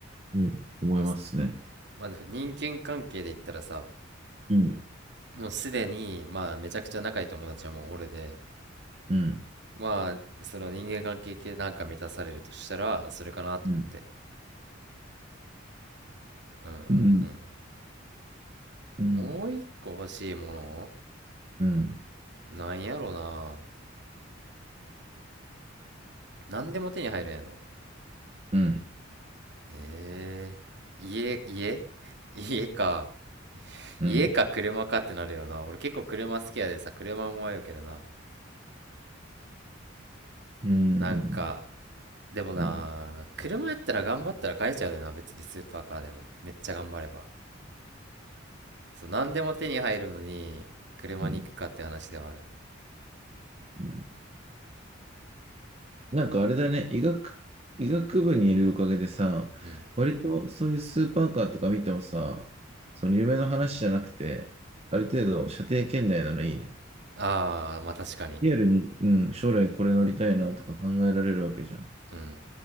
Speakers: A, on the right; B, on the right.
A: うん、思いますね。
B: まあ、すまあ、でも人間関係で言ったらさ、
A: うん、
B: もうすでに、まあ、めちゃくちゃ仲いい友達はもう俺で、
A: うん、
B: まあ、その人間関係系なんか満たされるとしたら、それかなと思って。
A: うん、
B: うんうんうん。
A: うん、うん、
B: もう一個欲しいもの
A: うん、
B: なんやろな。なんでも手に入るんやろ。
A: うん、
B: えー家、家 <laughs> 家か。
A: うん、
B: 家か車かってなるよな。
A: うん、
B: 俺結構車好きやでさ、車も迷うけどな。
A: うん、
B: なんか、でもな、
A: うん、
B: 車やったら頑張ったら買えちゃうよな、別にスーパーカーでも。めっちゃ頑張れば。そう、何でも手に入るのに、車に行くかって話ではある。
A: うん、うん。なんかあれだね、医学、医学部にいるおかげでさ、
B: うん。
A: 割とそういうスーパーカーとか見てもさ、その夢の話じゃなくて、ある程度射程圏内なのいいね。
B: ああ、まあ確かに。
A: リアルに、うん、将来これ乗りたいなとか考えられるわけじゃん。
B: うん。